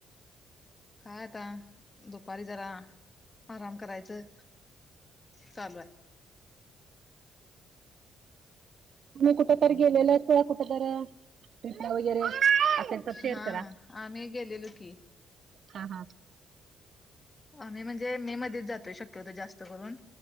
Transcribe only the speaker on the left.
काय आता दुपारी जरा आराम करायचं चालू आहे
हा
आम्ही गेलेलो की
आम्ही म्हणजे मे मध्येच जातो शक्य होतो जास्त करून